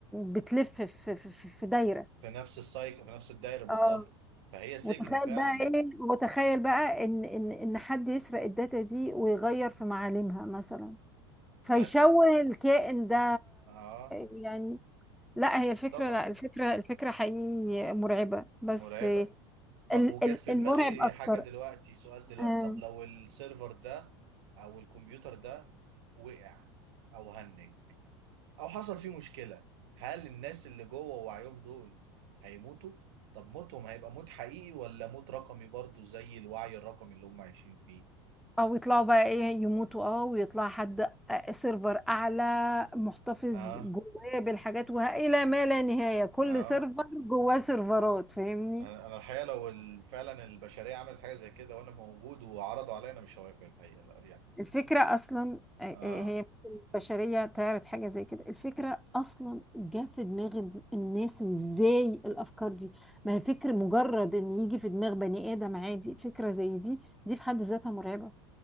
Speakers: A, in the centre; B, on the right.
A: بتلف في في في في دايره
B: في نفس السايك في نفس الدايرة بالظبط
A: اه
B: فهي سجن
A: وتخيل
B: فعلا
A: بقى ايه وتخيل بقى ان ان ان حد يسرق الداتا دي ويغير في معالمها مثلا فيشوه
B: مثلا
A: الكائن ده
B: آه
A: يعني لا هي الفكرة
B: طبعا
A: لا الفكرة الفكرة حقيقي مرعبة بس
B: مرعبة
A: ال-
B: طب وجت
A: ال-
B: في
A: المرعب
B: دماغي
A: اكتر
B: حاجة دلوقتي سؤال دلوقتي
A: آه،
B: طب لو السيرفر ده أو الكمبيوتر ده وقع أو هنج او حصل فيه مشكله هل الناس اللي جوه وعيهم دول هيموتوا طب موتهم هيبقى موت حقيقي ولا موت رقمي برضو زي الوعي الرقمي اللي هم عايشين فيه
A: او يطلعوا بقى ايه يموتوا اه ويطلع حد آه، سيرفر اعلى محتفظ
B: ها
A: جواه بالحاجات والى ما لا نهاية كل
B: ها
A: سيرفر جواه سيرفرات فاهمني
B: انا أنا الحقيقه لو ال- فعلا البشريه عملت حاجه زي كده وانا موجود وعرضوا عليا انا مش هوافق الحقيقه لا يعني
A: الفكرة أصلا آه،
B: اه
A: آه، هي مش البشرية تعرض حاجة زي كده الفكرة أصلا جه في دماغ د- الناس إزاي الأفكار دي ما هي فكرة مجرد إن يجي في دماغ بني آدم عادي فكرة زي دي دي في حد ذاتها مرعبة